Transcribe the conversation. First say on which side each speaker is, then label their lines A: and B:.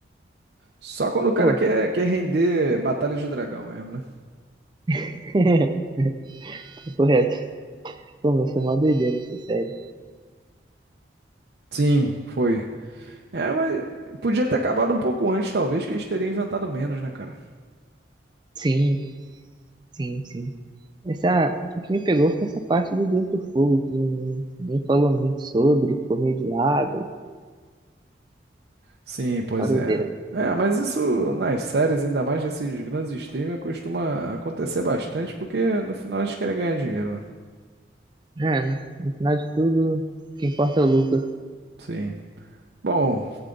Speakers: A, on the right; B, on the right.
A: só quando o cara
B: Pô,
A: quer, quer render batalhas de dragão mesmo, né?
B: <laughs> correto. Pô, mas foi uma doideira essa série.
A: Sim, foi. É, mas podia ter acabado um pouco antes, talvez, que eles teriam inventado menos, né, cara?
B: Sim, sim, sim. Essa, o que me pegou foi essa parte do Deus do Fogo, que nem falou muito sobre, ficou meio de lado,
A: Sim, pois
B: uma doideira.
A: é. É, mas isso nas séries, ainda mais desses grandes streamers, costuma acontecer bastante, porque no final eles querem ganhar dinheiro, né?
B: É, no final de tudo, o que importa é o lucro.
A: Sim. Bom,